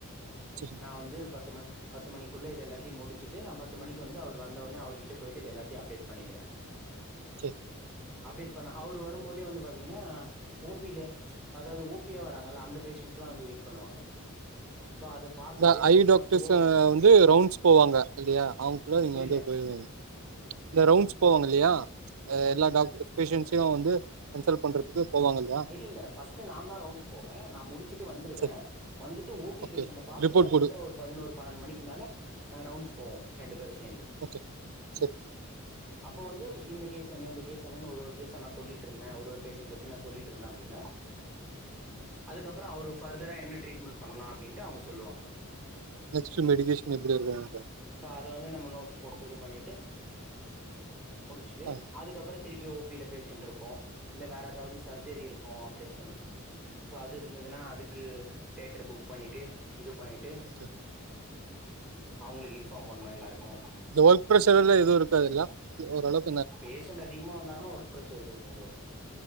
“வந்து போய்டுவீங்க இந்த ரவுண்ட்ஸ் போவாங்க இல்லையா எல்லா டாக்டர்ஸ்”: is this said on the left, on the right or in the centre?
Right